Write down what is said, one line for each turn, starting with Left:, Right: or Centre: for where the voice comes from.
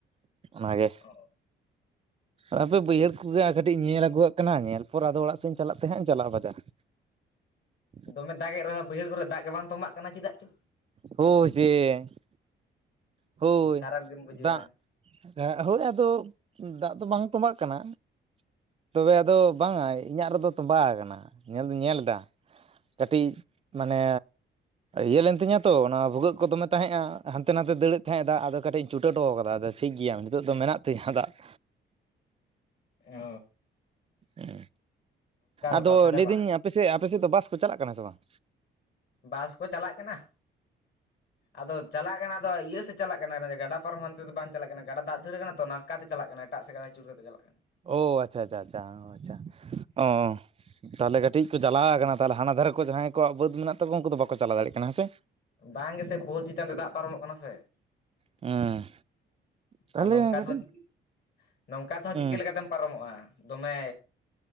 Right: ᱚᱱᱟᱜᱮ ᱾
Left: ᱚ
Right: ᱦᱟᱯᱮ ᱵᱟᱹᱭᱦᱟᱹᱲ ᱠᱚᱜᱮ ᱦᱟᱸᱜ ᱠᱟᱹᱴᱤᱡ ᱤᱧ ᱧᱮᱞ ᱟᱹᱜᱩᱣᱟᱜ ᱠᱟᱱᱟ, ᱧᱮᱞ ᱯᱚᱨ ᱟᱫᱚ ᱚᱲᱟᱜ ᱥᱮᱫ ᱤᱧ ᱪᱟᱞᱟᱜ ᱛᱮᱦᱟᱸᱜ ᱤᱧ ᱪᱟᱞᱟᱜᱼᱟ ᱵᱟᱡᱟᱨ ᱾ <inaudible>
Left: ᱫᱚᱢᱮ ᱫᱟᱜᱮᱜ ᱨᱮᱦᱚᱸ ᱵᱟᱹᱭᱦᱟᱹᱲ ᱠᱚᱨᱮ ᱫᱟᱜ ᱜᱮ ᱵᱟᱝ ᱛᱚᱢᱵᱟᱜ ᱠᱟᱱᱟ ᱪᱮᱫᱟᱜ? ᱪᱚ
Right: ᱦᱳᱭ ᱥᱮ ᱾ ᱦᱳᱭ
Left: ᱠᱷᱟᱨᱟᱯ ᱜᱮᱢ ᱵᱩᱡᱷᱟᱹᱣᱟ
Right: ᱫᱟᱜ, ᱦᱳᱭ ᱟᱫᱚ ᱫᱟᱜ ᱫᱚ ᱵᱟᱝ ᱛᱚᱵᱟᱜ ᱠᱟᱱᱟ ᱾ ᱛᱚᱵᱮ ᱟᱫᱚ ᱵᱟᱝᱟ ᱤᱧᱟᱹᱜ ᱨᱮᱫᱚ ᱛᱚᱸᱵᱟ ᱟᱠᱟᱱᱟ ᱧᱮᱞ ᱫᱩᱸᱧ ᱧᱮᱞ ᱮᱫᱟ ᱠᱟᱹᱴᱤᱡ ᱢᱟᱱᱮ ᱤᱭᱟᱹ ᱞᱮᱱ ᱛᱤᱧᱟᱹ ᱛᱚ ᱚᱱᱟ ᱵᱷᱩᱜᱟᱹᱜ ᱠᱚ ᱫᱚᱢᱮ ᱛᱟᱦᱮᱸᱼᱟ ᱦᱟᱱᱛᱮ ᱱᱟᱸᱛᱮ ᱫᱟᱹᱲᱮᱫ ᱛᱟᱦᱮᱸᱜ-ᱟ ᱫᱟᱜ ᱟᱫᱚ ᱠᱟᱹᱴᱤᱡ ᱤᱧ ᱪᱩᱴᱟᱹ ᱚᱴᱚ ᱠᱟᱫᱟ ᱾ ᱴᱷᱤᱠ ᱜᱮᱭᱟ ᱱᱤᱸᱛᱳᱜ ᱫᱚ ᱢᱮᱱᱟᱜ ᱛᱤᱧᱟ ᱫᱟᱜ ᱾
Left: ᱚ ᱾
Right: ᱦᱮᱸ, ᱟᱫᱚ
Left: ᱵᱮᱯᱟᱨ ᱛᱟᱦᱚᱞᱮ
Right: ᱞᱟᱹᱭᱫᱟᱹᱧ
Left: ᱵᱟᱝ
Right: ᱟᱯᱮᱥᱮᱫ ᱟᱯᱮᱥᱮᱫ ᱫᱚ ᱵᱟᱥ ᱠᱚ ᱪᱟᱞᱟᱜ ᱠᱟᱱᱟ ᱥᱮ ᱵᱟᱝ?
Left: ᱵᱟᱥ ᱠᱚ ᱪᱟᱞᱟᱜ ᱠᱟᱱᱟ, ᱟᱫᱚ ᱪᱟᱞᱟᱜ ᱠᱟᱱᱟ ᱫᱚ ᱤᱭᱟᱹ ᱥᱮᱫ ᱪᱟᱞᱟᱜ ᱠᱟᱱᱟ, ᱜᱟᱰᱟ ᱯᱟᱨᱚᱢ ᱦᱟᱱᱛᱮ ᱫᱚ ᱵᱟᱝ ᱪᱟᱞᱟᱜ ᱠᱟᱱᱟ ᱜᱟᱰᱟ ᱫᱟᱜ ᱫᱷᱟᱹᱨ ᱠᱟᱱᱟ ᱛᱚ ᱱᱟᱝᱠᱟ ᱛᱮ ᱪᱟᱞᱟᱜ ᱠᱟᱱᱟ ᱮᱴᱟᱜ ᱥᱮᱫ ᱟᱹᱪᱩᱨ ᱠᱟᱛᱮ ᱪᱟᱞᱟᱜ ᱠᱟᱱᱟ ᱾
Right: ᱚ ᱟᱪᱪᱷᱟ ᱟᱪᱪᱷᱟ ᱟᱪᱪᱷᱟ ᱟᱪᱪᱷᱟ, ᱚᱸ᱾ ᱛᱟᱦᱚᱞᱮ ᱠᱟᱹᱴᱤᱡ ᱠᱚ ᱡᱟᱞᱟᱣ ᱠᱟᱱᱟ ᱛᱟᱦᱚᱞᱮ ᱦᱟᱱᱟ ᱫᱷᱟᱨᱮ ᱠᱚ ᱡᱟᱦᱟᱸᱭ ᱠᱚᱣᱟᱜ ᱵᱟᱹᱫᱽ ᱢᱮᱱᱟᱜ ᱛᱟᱠᱚᱣᱟ ᱩᱱᱠᱩ ᱫᱚ ᱵᱟᱠᱚ ᱪᱟᱞᱟᱣ ᱫᱟᱲᱮᱜ ᱠᱟᱱᱟ ᱦᱮᱸ ᱥᱮ?
Left: ᱵᱟᱝ ᱜᱮᱥᱮ ᱯᱳᱞ ᱪᱮᱛᱟᱸᱱ ᱛᱮ ᱫᱟᱜ ᱯᱟᱨᱚᱢᱚᱜ ᱠᱟᱱᱟ ᱥᱮ ᱾
Right: ᱦᱮᱸ ᱛᱟᱦᱚᱞᱮ
Left: ᱟᱨ ᱱᱚᱝᱠᱟ
Right: ᱠᱟᱹᱴᱤᱡ
Left: ᱛᱮᱦᱚ <unintelligible> ᱱᱚᱝᱠᱟ ᱛᱮᱦᱚᱸ
Right: ᱦᱮᱸ
Left: ᱪᱤᱠᱟᱹ ᱞᱮᱠᱟᱛᱮᱢ ᱯᱟᱨᱚᱢᱚᱜᱼᱟ? ᱫᱚᱢᱮ